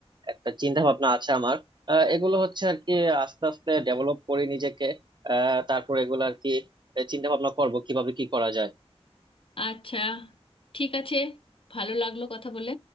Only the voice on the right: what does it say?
একটা চিন্তা ভাবনা আছে আমার আহ, এগুলো হচ্ছে আর কি আস্তে আস্তে ডেভেলপ করি নিজেকে আহ, তারপরে এগুলো আর কি চিন্তা ভাবনা করবো কিভাবে কি করা যায়